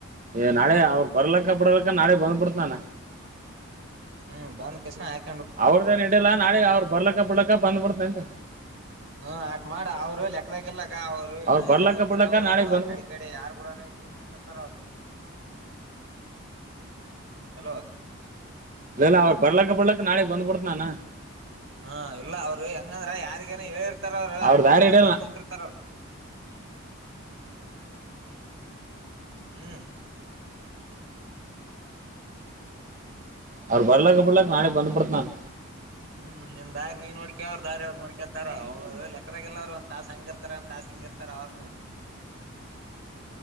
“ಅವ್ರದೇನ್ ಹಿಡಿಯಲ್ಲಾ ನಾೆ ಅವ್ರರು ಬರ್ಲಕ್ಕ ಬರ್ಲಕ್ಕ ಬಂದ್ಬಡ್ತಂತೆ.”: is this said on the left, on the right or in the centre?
Right